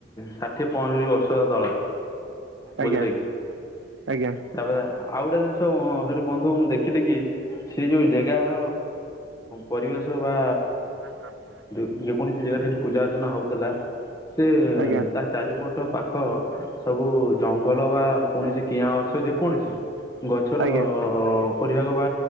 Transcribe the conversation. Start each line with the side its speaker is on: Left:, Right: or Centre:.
Left: ଷାଠିଏ ପଅଁଷଠି ବର୍ଷର ଦଳ।
Right: ଆଜ୍ଞା
Left: ବୁଝିଲେ କି?
Right: ଆଜ୍ଞା।
Left: ତାପରେ ଆଉ ଗୋଟେ ଜିନିଷ ସେଠି ବନ୍ଧୁ ମୁଁ ଦେଖି ଲି କି ସେ ଯୋଉ ଜାଗାର ପରିବେଶ ବା
Right: ହଁ ହଁ ହଁ।
Left: ଯେକୌଣସି ଜାଗାରେ ଠି ପୂଜା ଅର୍ଚ୍ଚନା ହଉଥିଲା। ସେ
Right: ଆଜ୍ଞା
Left: ତା ଚାରିପଟ ପାଖ ସବୁ ଜଙ୍ଗଲ ବା କୌଣସି କିଆଁ ଗଛ ଯେ କୌଣସି ଗଛର ଅ
Right: ଆଜ୍ଞା
Left: ଉପରିଭାଗ ବା